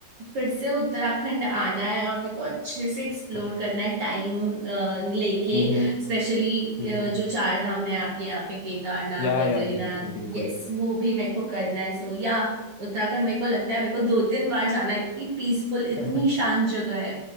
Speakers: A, on the right; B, on the left.
A: फिर से उत्तराखंड आना है और मेरे को अच्छे से एक्सप्लोर
B: अच्छा
A: करना है टाइम लेके
B: हम्म
A: स्पेशली
B: हम्म हम्म,
A: जो चार धाम है आपके यहाँ पे केदारनाथ
B: या
A: बद्रीनाथ
B: या बिल्कुल बिल्कुल
A: यस वो भी मेरे को करना है सो या उत्तराखंड मेरे को लगता है मेरे को दो तीन बार जाना है इतनी पीसफुल इतनी
B: <laughs>
A: शांत जगह है